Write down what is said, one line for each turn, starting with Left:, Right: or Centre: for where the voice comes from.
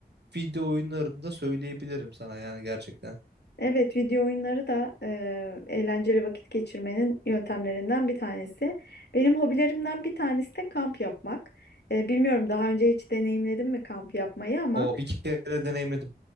Right: video oyunlarında söyleyebilirim sana yani gerçekten.
Left: Evet, video oyunları da e, eğlenceli vakit geçirmenin yöntemlerinden bir tanesi. Benim hobilerimden bir tanesi de kamp yapmak. E, bilmiyorum daha önce hiç deneyimledim mi kamp yapmayı ama...
Right: O bir kere deneyimledim.